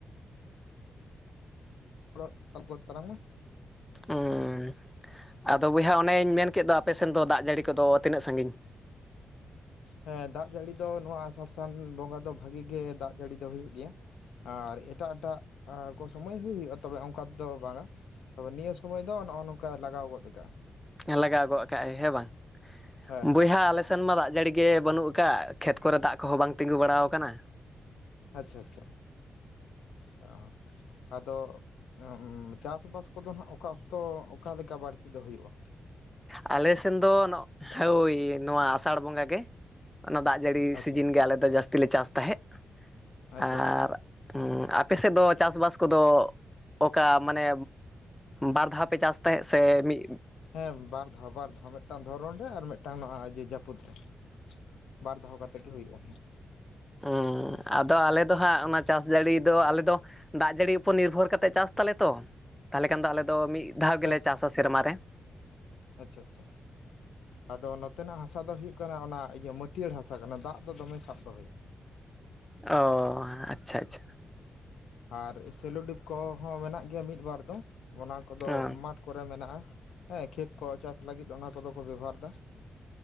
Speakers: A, on the left; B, in the centre.
A: <unintelligible>
B: ᱩᱸ ᱟᱫᱚ ᱵᱚᱭᱦᱟ ᱚᱱᱮᱧ ᱢᱮᱱ ᱠᱮᱫ ᱫᱚ ᱟᱯᱮ ᱥᱮᱱ ᱫᱚ ᱫᱟᱜ ᱡᱟᱹᱲᱤ ᱠᱚᱫᱚ ᱛᱤᱱᱟᱹᱜ ᱥᱟᱺᱜᱤᱧ
A: ᱦᱮᱸ ᱫᱟᱜ ᱡᱟᱹᱲᱤ ᱫᱚ ᱱᱚᱣᱟ ᱟᱥᱟᱲ ᱥᱟᱱ ᱵᱚᱸᱜᱟ ᱫᱚ ᱵᱷᱟᱹᱜᱤ ᱜᱮ ᱫᱟᱜ ᱡᱟᱹᱲᱤ ᱫᱚ ᱦᱩᱭᱩᱜ ᱜᱮᱭᱟ᱾ ᱟᱨ ᱮᱴᱟᱜ ᱮᱴᱟᱜ ᱟᱻ ᱠᱚ ᱥᱚᱢᱚᱭ ᱦᱩᱭᱩᱜ ᱜᱮᱭᱟ ᱛᱚᱵᱮ ᱚᱱᱠᱟ ᱫᱚ ᱵᱟᱝᱟ ᱛᱚᱵᱮ ᱱᱤᱭᱟᱹ ᱥᱚᱢᱚᱭ ᱫᱚ ᱱᱚᱜ-ᱚ ᱱᱚᱝᱠᱟ ᱞᱟᱜᱟᱣ ᱜᱚᱫ ᱠᱟᱜ-ᱟ
B: ᱦᱮᱸ ᱞᱟᱜᱟᱣ ᱜᱚᱜ ᱠᱟᱜ ᱟᱭ ᱦᱮᱸ ᱵᱟᱝ
A: ᱦᱮᱸ ᱦᱮᱸ
B: ᱵᱚᱭᱦᱟ ᱟᱞᱮ ᱥᱮᱫ ᱥᱮᱱ ᱢᱟ ᱫᱟᱜ ᱡᱟᱹᱲᱤ ᱜᱮ ᱵᱟᱹᱱᱩᱜ ᱟᱠᱟᱜ ᱠᱷᱮᱛ ᱠᱚᱨᱮ ᱫᱟᱜ ᱠᱚᱦᱚᱸ ᱵᱟᱝ ᱛᱤᱸᱜᱩ ᱵᱟᱲᱟᱣᱟᱠᱟᱱᱟ᱾
A: ᱟᱪᱪᱷᱟ ᱟᱪᱪᱷᱟ ᱚ ᱟᱫᱚ ᱟᱢ ᱪᱟᱥᱵᱟᱥ ᱠᱚᱫᱚ ᱦᱟᱸᱜ ᱚᱠᱟ ᱚᱠᱛᱚ ᱚᱠᱟ ᱞᱮᱠᱟ ᱵᱟᱹᱲᱛᱤ ᱫᱚ ᱦᱩᱭᱩᱜ-ᱟ?
B: ᱟᱞᱮ ᱥᱮᱱ ᱫᱚ ᱱᱚᱜ ᱦᱳᱭ
A: ᱥᱚᱢᱚᱭ?
B: ᱱᱚᱣᱟ ᱟᱥᱟᱲ ᱵᱚᱸᱜᱟ ᱜᱮ ᱚᱱᱟ ᱫᱟᱜ ᱡᱟᱹᱲᱤ
A: ᱟᱪᱪᱷᱟ
B: ᱥᱤᱡᱤᱱ ᱜᱮ ᱟᱞᱮ ᱫᱚ ᱡᱟᱹᱥᱛᱤ ᱞᱮ ᱪᱟᱥ ᱛᱟᱦᱮᱸᱜ
A: ᱟᱪᱪᱷᱟ
B: ᱟᱨ
A: ᱟᱪᱪᱷᱟ
B: ᱦᱩᱸ ᱟᱯᱮ ᱥᱮᱫ ᱫᱚ ᱪᱟᱥᱵᱟᱥ ᱠᱚᱫᱚ ᱚᱠᱟ ᱢᱟᱱᱮ ᱵᱟᱨ ᱫᱷᱟᱣ ᱯᱮ ᱪᱟᱥ ᱛᱟᱦᱮᱸᱫ ᱥᱮ ᱢᱤᱫ
A: ᱦᱮᱸ ᱵᱟᱨ ᱫᱷᱟᱣ ᱵᱟᱨ ᱫᱷᱟᱣ ᱢᱤᱫᱴᱟᱝ ᱫᱷᱚᱨᱚᱱ ᱨᱮ ᱟᱨ ᱢᱤᱫᱴᱟᱝ ᱱᱚᱣᱟ ᱡᱮ ᱡᱟᱹᱡᱟᱹᱯᱩᱫ ᱨᱮ ᱵᱟᱨ ᱫᱷᱟᱣ ᱠᱟᱛᱮᱫ ᱜᱮ ᱦᱩᱭᱩᱜ-ᱟ᱾
B: ᱩᱸ ᱟᱫᱚ ᱟᱞᱮ ᱫᱚ ᱦᱟᱸᱜ ᱚᱱᱟ ᱪᱟᱥ ᱡᱟᱹᱲᱤ ᱫᱚ ᱟᱞᱮ ᱫᱚ ᱫᱟᱜ ᱡᱟᱹᱲᱤ ᱩᱯᱚᱨ ᱱᱤᱨᱵᱷᱚᱨ ᱠᱟᱛᱮᱫ ᱪᱟᱥ ᱛᱟᱞᱮ ᱛᱚ ᱛᱟᱦᱚᱞᱮ ᱠᱷᱟᱱ ᱫᱚ ᱟᱞᱮ ᱫᱚ ᱢᱤᱫ ᱫᱷᱟᱣ ᱜᱮᱞᱮ
A: ᱦᱮᱸ
B: ᱪᱟᱥᱟ ᱥᱮᱨᱢᱟ ᱨᱮ
A: ᱟᱪᱪᱷᱟ ᱟᱪᱪᱷᱟ ᱟᱫᱚ ᱱᱚᱛᱮᱱᱟᱜ ᱦᱟᱥᱟ ᱫᱚ ᱦᱩᱭᱩᱜ ᱠᱟᱱᱟ ᱚᱱᱟ ᱤᱭᱟᱹ ᱢᱟᱹᱴᱭᱟᱹᱲ ᱦᱟᱥᱟ ᱠᱟᱱᱟ ᱫᱟᱜ ᱫᱚ ᱫᱚᱢᱮ ᱥᱟᱵ ᱫᱚᱦᱚᱭᱟ᱾
B: ᱚ ᱦᱟᱸ ᱟᱪᱪᱷᱟ ᱟᱪᱪᱷᱟ
A: ᱟᱨ ᱥᱮᱞᱳᱰᱤᱯ ᱠᱚᱦᱚᱸ ᱢᱮᱱᱟᱜ ᱜᱮᱭᱟ ᱢᱤᱫ ᱵᱟᱨ ᱫᱚ ᱚᱱᱟ ᱠᱚᱫᱚ
B: ᱚ
A: ᱢᱟᱴᱷ ᱠᱚᱨᱮ ᱢᱮᱱᱟᱜᱼᱟ ᱦᱮᱸ ᱠᱷᱮᱛ ᱠᱚ ᱪᱟᱥ ᱞᱟᱹᱜᱤᱫ ᱚᱱᱟ ᱠᱚᱫᱚ ᱠᱚ ᱵᱮᱵᱚᱦᱟᱨ ᱫᱟ